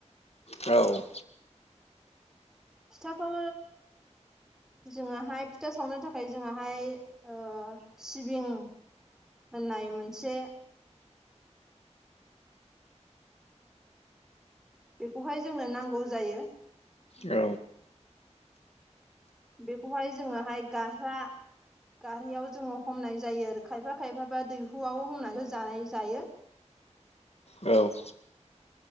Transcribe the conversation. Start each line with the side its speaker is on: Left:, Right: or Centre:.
Left: औ।
Centre: फिथाखौ जोङाहाय फिथा सावनो थाखाय जोंहाय ओ सिबिं होननाय मोनसे बेखौहाय जोंनो नांगौ जायो।
Left: औ।
Centre: बेखौहाय जोङोहाय गारहा गारहायाव जोङो हमनाय जायो आरो खायफा खायफाबा दैहुआव हमनानै जानाय जायो।
Left: औ।